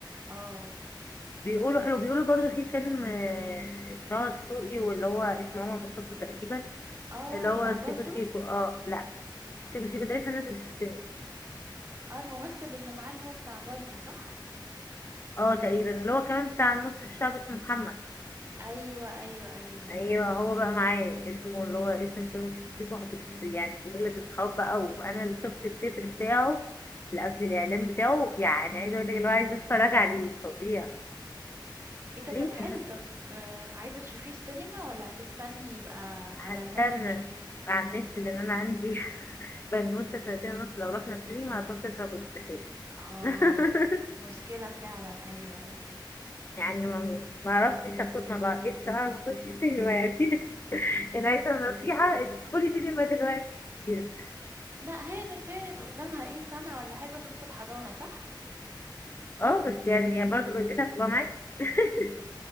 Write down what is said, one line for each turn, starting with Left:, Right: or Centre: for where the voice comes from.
Right: اه
Left: بيقولوا حلو بيقولوا برضو في فيلم آه، بتاع دسوقي واللي هو اسمه ماما مصطفى تقريبا
Right: اه
Left: اللي هو
Right: بتاع بالطو
Left: سيكو سيكو اه لا سيكو سيكو ده لسه نازل في السينما
Right: اه الممثل اللي معاه اللي هو بتاع بالطو صح
Left: اه تقريبا اللي هو كمان بتاع نص الشعب اسمه محمد
Right: ايوه ايوه ايوه
Left: ايوه هو بقى معاه اسمه اللي هو اسم الفيلم سيكو سيكو بس يعني بيقول لك اصحاب بقى وانا اللي شفت التتر بتاعه لا، قصدي الاعلان بتاعه يعني عايزه اقول لك اللي هو عايزه اتفرج عليه فظيع
Right: ايه ده
Left: ليه
Right: طب حلو
Left: هس-
Right: طب آه، عايزة تشوفيه السينما ولا هتستني يبقى على
Left: هستنى
Right: النت وتشوفيه
Left: على النت لان انا عندي <laughs> بنوته سنتين ونص لو رحنا سينما هتروح تركب الدفاف
Right: اه
Left: <laughs>
Right: مشكلة فعلا ايوه ايوه
Left: يعني ما ما عرفتش اخد ما بقتش اعرف اخش السينما يعني <laughs> يعني عايزه نصيحه إن تدخلي سينما دلوقتي كتير.
Right: لا هانت هانت قدامها ايه سنة ولا حاجة تدخل حضانة صح؟
Left: اه بس يعني برضو بالليل هتبقى معاك <laughs>